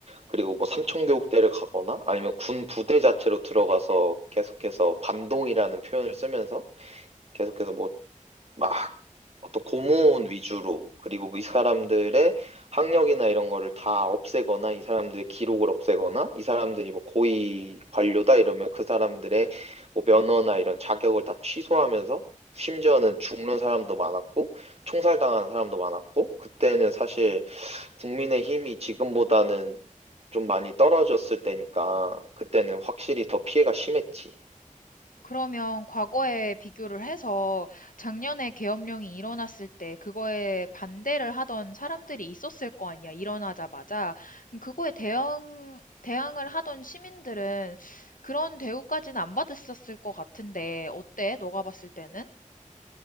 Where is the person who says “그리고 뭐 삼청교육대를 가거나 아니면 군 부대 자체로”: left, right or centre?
Right